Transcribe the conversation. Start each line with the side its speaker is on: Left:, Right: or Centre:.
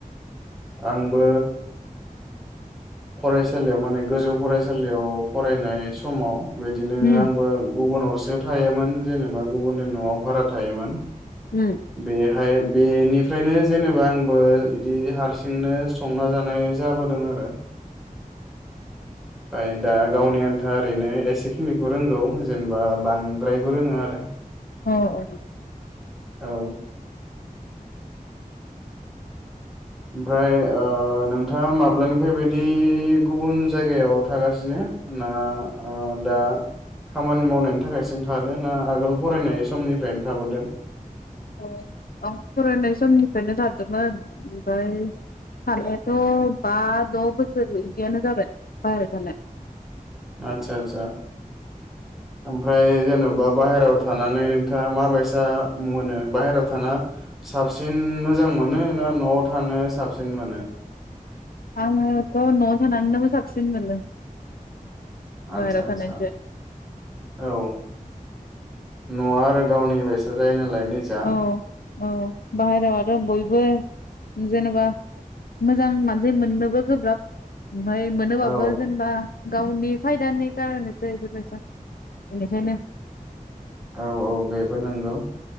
Centre: आंबो फरायसालियाव माने गोजौ फरायसालियाव फरायनाय समाव बिदिनो
Left: उम
Centre: आंबो गुबुनाव सो थायोमोन जेनेबा गुबुननि न'आव भारा थायोमोन
Left: उम
Centre: बे हाय बेनिफ्रायनो जेनेबा आंबो इदि हारसिंनो संना जानाय जाबोदों आरो फाय दा गावनि आन्था ओरैनो एसेखिनिखौ रोंगौ जेनेबा बांद्रायबो रोङा आरो
Left: औ औ
Centre: औ ओमफ्राय ओ नोंथाङा माब्लानिफ्राय बिदि गुबुन जायगायाव थागासिनो ना ओ दा खामानि मावनायनि थाखायसिम थादों ना आगोल फरायनाय समनिफ्रायनो थाबोदों
Left: औ आं फरायनाय समनिफ्रायनो थादोंमोन ओमफ्राय थानायाथ' बा द' बोसोर बिदियानो जाबाय बाहेरायाव थानाया
Centre: आदसा आदसा ओमफ्राय जेन'बा बाहेरायाव थानानै नोंथाङा माबायसा मोनो बाहेरायाव थाना साबसिन मोजां मोनो ना न'आव थानो साबसिन मोनो
Left: आङोथ' न'आव थानानैनो साबसिन मोनो
Centre: आतसा
Left: बाहेरायाव
Centre: आतसा
Left: थानायनिफ्राय
Centre: औ न'आ आरो गावनि बायसा जायो नालाय निजा
Left: औ औ बाहेरायाव आरो बयबो जेनेबा मोजां मानसि मोननोबो गोब्राब ओमफाय मोनोब्लाबो
Centre: औ
Left: जेनेबा गावनि फायदानि कारननैसो बेफोर बायसा बेनिखायनो
Centre: औ औ बेबो नंगौ